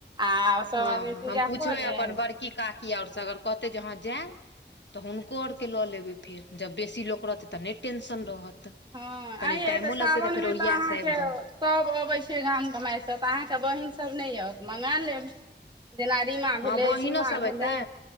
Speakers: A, on the right; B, on the left.
A: आ सभ
B: हँ
A: आदमी
B: हँ
A: पूजा
B: हम पुछबै
A: कऽ लेब
B: अपन बड़की काकी आओर सगर कते जहाँ जायब तऽ हुनको आरके लऽ लेबै फेर जब बेसी लोक रहतै तऽ नय टेंशन रहत
A: हँ
B: कनि
A: आइये
B: टाइमो
A: तऽ सावनमे
B: लगतै फेर ओरिया
A: तऽ अहाँके
B: से आबि जायब
A: सब अबै छै गामके मइसँ तऽ अहाँके बहिन सब नहि यऽत मँगा लेब जेना रीमा
B: हँ
A: भेलै
B: बहिनो
A: सीमा
B: सब
A: भेलै
B: एतै